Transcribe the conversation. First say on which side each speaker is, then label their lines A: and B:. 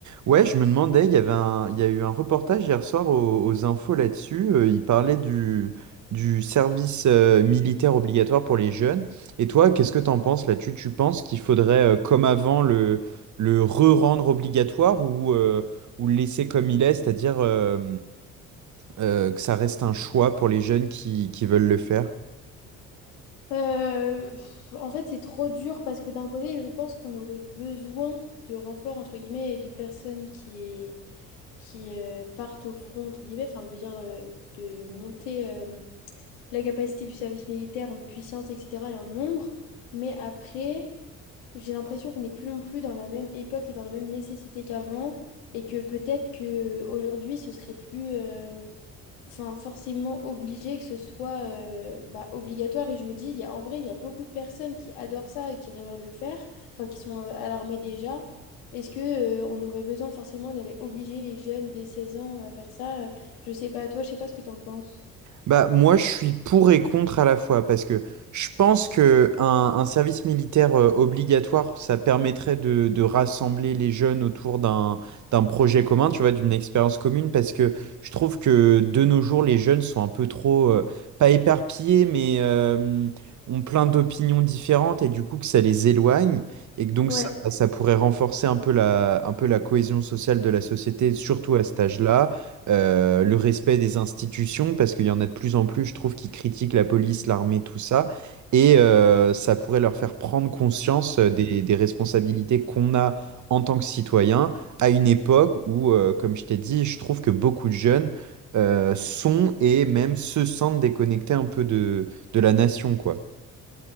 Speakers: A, on the right (about 40°); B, on the left (about 70°).
A: Ouais, je me demandais, il y avait un, il y a eu un reportage hier soir aux, aux infos là-dessus. euh, il parlait du, du service euh, militaire obligatoire pour les jeunes. Et toi, qu'est-ce que t'en penses là-dessus? Tu penses qu'il faudrait, euh, comme avant, le, le re-rendre obligatoire ou, euh, ou le laisser comme il est, c'est-à-dire euh, euh, que ça reste un choix pour les jeunes qui, qui veulent le faire?
B: Euh, pff, en fait, c'est trop dur parce que d'un côté, je pense qu'on aurait besoin de renforts, entre guillemets, et de personnes qui, qui euh, partent au front, entre guillemets, enfin, je veux dire, euh, de monter euh, la capacité du service militaire en puissance, etc., et en nombre. Mais après, j'ai l'impression qu'on n'est plus non plus dans la même époque et dans la même nécessité qu'avant, et que peut-être que aujourd'hui ce serait plus... euh, enfin, forcément obligé que ce soit euh, bah, obligatoire. Et je me dis, il y a, en vrai, il y a beaucoup de personnes qui adorent ça et qui rêveraient de le faire, enfin, qui sont euh, à l'armée déjà. Est-ce que, euh, on aurait besoin forcément d'aller obliger les jeunes dès 16 ans à faire ça? Euh, Je sais pas, toi, je sais pas ce que tu en penses.
A: Bah, moi, je suis pour et contre à la fois, parce que je pense que un, un service militaire euh, obligatoire, ça permettrait de, de rassembler les jeunes autour d'un d'un projet commun, tu vois, d'une expérience commune, parce que je trouve que de nos jours, les jeunes sont un peu trop, euh, pas éparpillés, mais euh, ont plein d'opinions différentes, et du coup, que ça les éloigne, et que donc
B: Ouais,
A: ça, ça pourrait renforcer un peu la, un peu la cohésion sociale de la société, surtout à cet âge-là euh, le respect des institutions, parce qu'il y en a de plus en plus, je trouve, qui critiquent la police, l'armée, tout ça. Et euh, ça pourrait leur faire prendre conscience euh, des, des responsabilités qu'on a en tant que citoyen à une époque où, euh, comme je t'ai dit, je trouve que beaucoup de jeunes euh, sont et même se sentent déconnectés un peu de, de la nation, quoi.